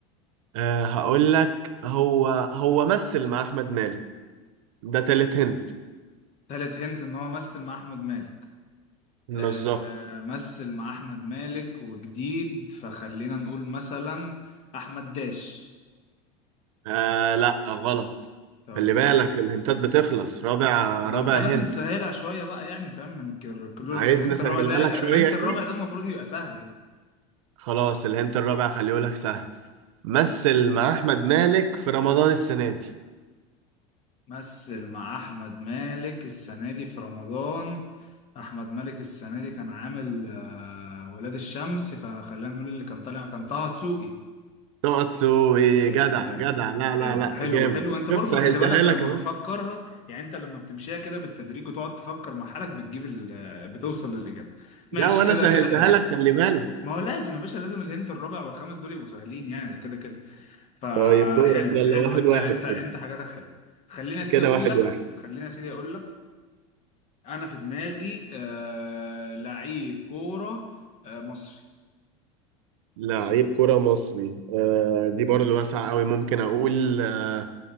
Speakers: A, on the right; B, on the left.
A: آه هقول لك هو هو مثل مع احمد مالك ده تالت هنت
B: تالت هنت إن هو مثل مع أحمد مالك
A: بالظبط
B: أه مثل مع أحمد مالك وجديد فخلينا نقول مثلا أحمد داش
A: آه لا غلط
B: طيب
A: خلي بالك الهنتات بتخلص رابع
B: ما
A: رابع
B: أنت لازم
A: هنت
B: تسهلها شوية بقى يعني فاهم من الك- كل الهنت
A: عايز نسهلها
B: الرابع ده
A: لك شوية
B: الهنت
A: يعني
B: الرابع ده المفروض يبقى سهل يعني
A: خلاص الهنت الرابع خليه لك سهل مثل مع احمد مالك في رمضان السنه دي
B: مثل مع أحمد مالك السنة دي في رمضان احمد مالك السنه دي كان عامل آه، ولاد الشمس فخلينا نقول اللي كان طالع كان طه دسوقي
A: نقطسو ايه
B: يا
A: جدع
B: سلام
A: جدع لا
B: حلو
A: لا لا
B: حلو
A: جامد
B: حلو انت برضو
A: شفت سهلتها
B: خلي بالك
A: لك
B: لما
A: اهو
B: بتفكرها يعني انت لما بتمشيها كده بالتدريج وتقعد تفكر مع حالك بتجيب ال- آه، بتوصل للاجابه ماشي
A: لا وانا
B: كده
A: سهلتها
B: كده حلو
A: لك خلي بالك
B: ما هو لازم يا باشا لازم الهنت الرابع والخامس دول يبقوا سهلين يعني ده كده كده فحلو
A: طيب دورك يلا
B: حلو
A: واحد
B: انت
A: واحد
B: انت انت
A: كده
B: حاجاتك حلو خليني يا سيدي
A: كده
B: اقول
A: واحد
B: لك
A: واحد
B: خليني يا سيدي اقول لك انا في دماغي آه لعيب كوره آه مصري
A: لعيب كرة مصري آه دي برضو واسعة قوي ممكن أقول آه